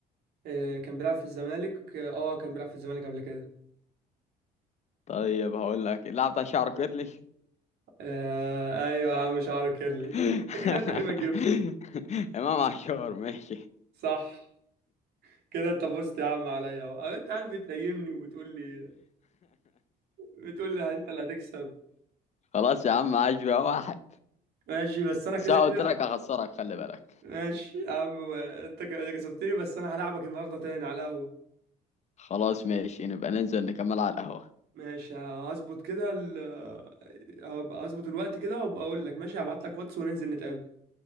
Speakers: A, on the right (about 70°); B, on the left (about 40°).
A: آه، كان بيلعب في الزمالك اه كان بيلعب في الزمالك قبل كده
B: طيب هقول لك اللاعب بتاع شعره كيرلي
A: آه ايوه يا عم شعره كيرلي
B: <laughs>
A: انت كده تقريبا جبته
B: امام عاشور ماشي <laughs>
A: صح كده انت فزت يا عم عليا اهو أه، انت عم بتنيمني وبتقول لي بتقول لي انت اللي هتكسب
B: خلاص يا عم عاش بقى واحد
A: ماشي بس انا
B: بس
A: كده
B: انا
A: كده
B: قلت لك هخسرك خلي بالك
A: ماشي يا عم انت ك- كسبتني بس انا هلعبك النهارده تاني على القهوه
B: خلاص ماشي نبقى ننزل نكمل على القهوة
A: ماشي هظبط كده ال... هبقى هظبط الوقت كده وابقى اقول لك ماشي هبعت لك واتس وننزل نتقابل